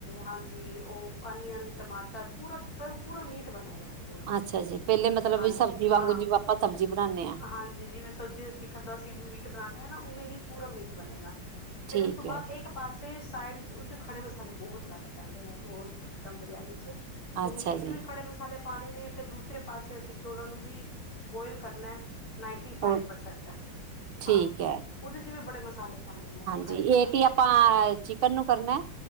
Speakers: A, on the left; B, on the right.
A: ਹਾਂਜੀ ਉਹ ਅਨੀਅਨ ਟਮਾਟਰ ਪੂਰਾ ਪੂਰਾ ਮੀਟ ਬਣੇਗਾ ਉਹ।
B: ਅੱਛਾ ਜੀ ਪਹਿਲੇ ਮਤਲਬ
A: ਹਾਂਜੀ
B: ਵੀ ਸਬਜ਼ੀ ਵਾਂਗੂ
A: ਹਾਂ,
B: ਜਿਵੇਂ ਆਪਾਂ ਸਬਜ਼ੀ ਬਣਾਉਦੇ ਹਾਂ
A: ਹਾਂਜੀ ਜਿਵੇਂ ਸਬਜ਼ੀ ਵਿਚ ਕਹਿੰਦਾ ਅਸੀਂ ਮੀਟ ਬਣਾਦੇ ਹਾਂ, ਨਾ ਉਵੇਂ ਹੀ ਪੂਰਾ ਮੀਟ ਬਣੇਗਾ,
B: ਠੀਕ
A: ਫਿਰ ਉਸ ਤੋਂ ਬਾਅਦ
B: ਹੈ
A: ਇੱਕ ਪਾਸੇ ਸਾਈਡ ਚ ਉਹ ਚ ਖੜੇ ਮਸਾਲੇ ਬਹੁਤ ਜ਼ਿਆਦਾ ਪੈਂਦੇ ਨੇ, ਉਹ ਇਕ ਦਮ ਬਰਿਆਨੀ ਚ ਉਹ
B: ਅੱਛਾ
A: ਮੀਟ ਚ
B: ਜੀ
A: ਵੀ ਖੜੇ ਮਸਾਲੇ ਪਾਣੇ ਨੇ, ਫਿਰ ਦੂਸਰੇ ਪਾਸੇ ਅਸੀਂ ਚੋਲਾਂ ਨੂੰ ਵੀ ਬੋਇਲ ਕਰਨਾ। ਨਾਈਨਟੀ ਫਾਈਵ
B: ਉਹ
A: ਪਰਸੈਂਟ,
B: ਠੀਕ
A: ਹਾਂ ਉਹਦੇ ਵੀ ਬੜੇ ਮਸਾਲੇ ਪਾਣੇ ਨੇ। ਖੜੇ
B: ਜੇ
A: ਮਸਾਲੇ
B: ਏਟੀ ਆਪਾਂ ਚਿਕਨ ਨੂੰ ਕਰਨਾ,